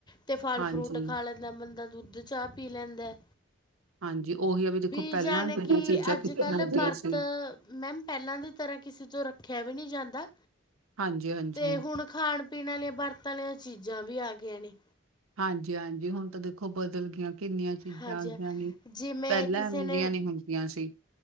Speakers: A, on the left; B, on the right.
A: ਤੇ ਫਲ
B: ਹਾਂਜੀ
A: ਫਰੂਟ ਖਾ ਲੈ ਜ ਬੰਦਾ ਦੁੱਧ ਚਾਹ ਪੀ ਲੈਂਦਾ।
B: ਹਾਂਜੀ ਉਹੀ ਆ ਵੀ ਦੇਖੋ
A: ਵੀ
B: ਪਹਿਲਾਂ
A: ਜਾਣੀ
B: ਜਿਹੜੀਆਂ
A: ਕਿ
B: ਚੀਜ਼ਾਂ
A: ਅੱਜ
B: ਕਿੱਥੇ
A: ਕੱਲ੍ਹ
B: ਹੁੰਦੀਆਂ
A: ਵਰਤ
B: ਸੀ
A: ਮੈ ਪਹਿਲਾਂ ਦੀ ਤਰ੍ਹਾਂ ਕਿਸੇ ਤੋਂ ਰੱਖਿਆ ਵੀ ਨਹੀਂ ਜਾਂਦਾ,
B: ਹਾਂਜੀ ਹਾਂਜੀ
A: ਤੇ ਹੁਣ ਖਾਣ ਪੀਣ ਵਾਲੀਆਂ ਵਰਤਾਂ ਵਾਲੀਆਂ ਚੀਜ਼ਾਂ ਵੀ ਆ ਗਈਆਂ ਨੇ।
B: ਹਾਂਜੀ- ਹਾਂਜੀ ਹੁਣ ਤਾਂ ਦੇਖੋ ਬਦਲਗਈਆਂ ਕਿੰਨੀਆਂ ਚੀਜ਼ਾਂ
A: ਹਾਂਜੀ
B: ਆਉਂਦੀਆਂ
A: ਹਾਂ,
B: ਨੇ
A: ਜਿਵੇਂ
B: ਪਹਿਲਾਂ
A: ਕਿਸੇ
B: ਐਵੇਂ
A: ਨੇ
B: ਦੀਆਂ ਨੀ ਹੁੰਦੀਆਂ ਸੀ।